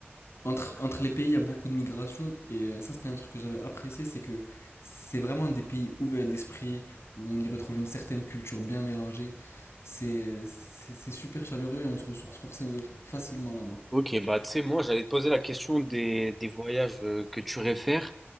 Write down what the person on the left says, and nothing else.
entre, entre les pays, il y a beaucoup de migration. Et euh, ça, c'était un truc que j'avais apprécié, c'est que c'est vraiment des pays ouverts d'esprit, où on y retrouve une certaine culture bien mélangée. C'est c'est- c'est super chaleureux et on se ressource forcément facilement là-bas.